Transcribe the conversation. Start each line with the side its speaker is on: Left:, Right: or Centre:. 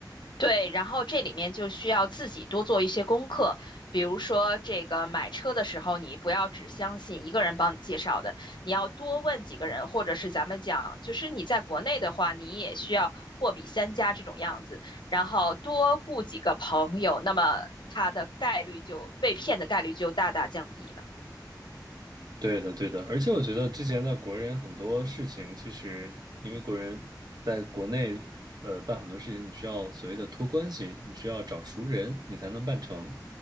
Left: 对，然后这里面就需要自己多做一些功课，比如说这个买车的时候，你不要只相信一个人帮你介绍的，你要多问几个人，或者是咱们讲，就是你在国内的话，你也需要货比三家这种样子，然后多雇几个朋友，那么他的概率就被骗的概率就大大降低了。
Right: 对的，对的，而且我觉得之前的国人很多事情，其实因为国人在国内，呃，办很多事情，你需要所谓的托关系，你需要找熟人，你才能办成。